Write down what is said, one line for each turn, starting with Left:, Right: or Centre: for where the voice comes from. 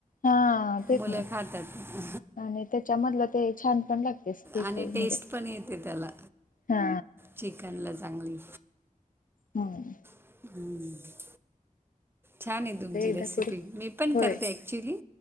Left: हा तेच
Right: मुलं
Left: ना
Right: खातात
Left: आणि त्याच्यामधलं ते छान पण लागते पीसेस
Right: आणि टेस्ट
Left: म्हणजे
Right: पण येते त्याला
Left: हा
Right: चिकनला चांगली
Left: हम्म.
Right: हम्म. छानय तुमची
Left: आता एकदा
Right: रेसिपी.
Left: करू
Right: मी पण
Left: होय
Right: करते ॲक्च्युली.